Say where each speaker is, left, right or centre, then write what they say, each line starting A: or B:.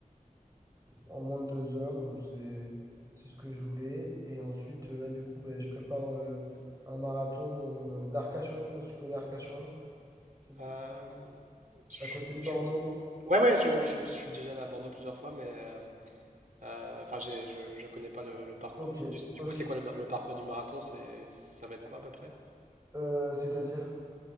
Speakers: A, on the right; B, on the right.
A: en moins de deux heures. Donc, c'est, c'est ce que je voulais. Et ensuite, euh, là, du coup, ben, je prépare euh, un marathon euh, d'Arcachon. Je ne sais pas si tu connais Arcachon. Ça te dit
B: Euh,
A: quelque-
B: je-
A: à côté de Bordeaux.
B: je- Ouais, ouais, je, je- je suis déjà allé à Bordeaux plusieurs fois, mais euh, euh, enfin, j'ai, je, je connais pas le, le parcours.
A: Ok,
B: Du, du
A: ok.
B: coup, c'est quoi le, ma- le parcours du marathon? C'est, ça va être quoi à peu près?
A: Euh, c'est-à-dire?